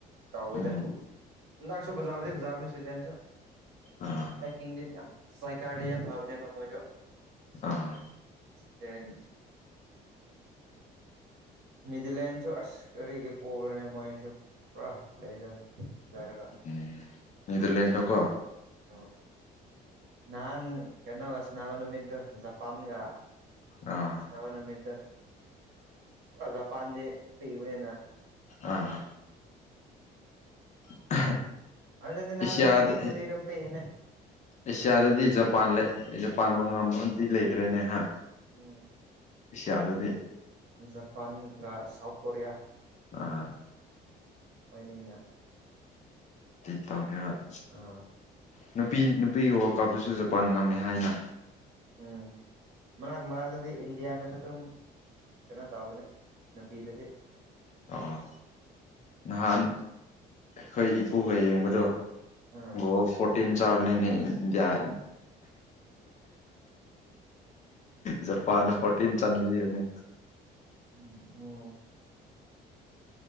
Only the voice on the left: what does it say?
ꯎꯝ
ꯑꯥ
ꯑꯥ
ꯎꯝ ꯅꯤꯗꯔꯂꯦꯟꯗꯣꯀꯣ
ꯑ
ꯑꯥ <inaudible>
ꯑꯦꯁꯤꯌꯥꯗ
ꯑꯦꯁꯤꯌꯥꯗꯗꯤ ꯖꯄꯥꯟ ꯂꯩ ꯖꯄꯥꯟꯕꯨ ꯉꯝꯕ ꯑꯝꯇꯤ ꯂꯩꯇ꯭ꯔꯦꯅꯦ ꯍꯥ
ꯑꯦꯁꯤꯌꯥꯗꯗꯤ
ꯑꯥ
<unintelligible> ꯇꯧꯅꯦꯕ
ꯅꯨꯄꯤ ꯅꯨꯄꯤꯒꯤ ꯋꯥꯔꯜ ꯀꯞꯇꯨꯁꯨ ꯖꯄꯥꯟ ꯉꯝꯃꯦ ꯍꯥꯏꯅ
ꯑꯣ ꯅꯍꯥꯟ ꯈꯣꯏ ꯏꯄꯨꯒ ꯌꯦꯡꯕꯗꯣ
ꯒꯣꯜ ꯐꯣꯔꯇꯤꯟ ꯆꯥꯕꯅꯤꯅꯦ ꯏꯟꯗ꯭ꯌꯥꯅ ꯖꯄꯥꯟꯅ ꯐꯣꯔꯇꯤꯟ ꯆꯥꯟꯕꯤꯕꯅꯤ